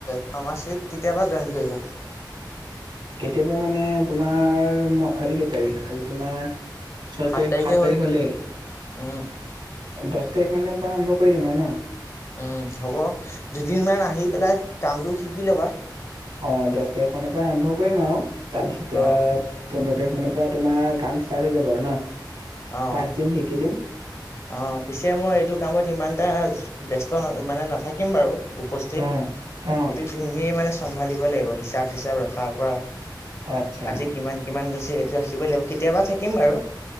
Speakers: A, on the left (about 35°); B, on the right (about 85°).
A: ফাৰ্মাচীত কেতিয়াবা জইন কৰিবা।
B: কেতিয়াবা মানে তোমাৰ ম আজি কেই তাৰিখ আজি তোমাৰ- ছয় তাৰিখ
A: তাৰিখে
B: সাত
A: হ'ল
B: তাৰিখ হ'লেই।
A: উম
B: দহ তাৰিখ মানৰ পৰা আৰম্ভ কৰি দিম ন-
A: উমঁ হ'ব দুদিন মান আহি পেলাই কামটো শিকি লবা।
B: অঁ দহ তাৰিখ মানৰ পৰা আৰম্ভ কৰিম আৰু তাৰপিছতে-
A: অ
B: পোন্ধৰ তাৰিখ মানৰ পৰা তোমাৰ কাম ষ্টাৰ্ট হৈ যাব আৰু ন-
A: অঁ
B: পাঁচ
A: অঁ-
B: দিন শিকি দিম
A: অঁ পিছে মই এইটো কামত ইমান এটা ব্যস্ত মানে নাথাকিম বাৰু - উপস্থিত
B: অ অ
A: এইটো তুমি মানে চম্ভালিব লাগিব হিচাপ চিচাপ ৰখাৰ পৰা-
B: আচ্ছা
A: আজি কিমান কিমান গৈছে সেইটো ৰাখিবই লাগিব। কেতিয়াবা থাকিম বাৰু-